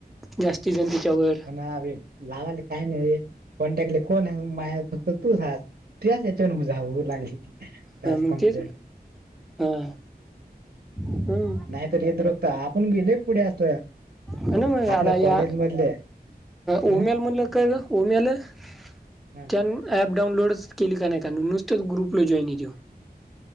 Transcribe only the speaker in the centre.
जास्ती जण त्याच्यावर.
हा,
मग
तेच हा! हं.
हा ना मग
आता
या
उम्याल म्हणलं केलं उम्यान म्हणलं कळलं
उम्याल ॲप डऊनलोड केली का नाय त्यानं नुसतच ग्रुपला जॉइन त्यो.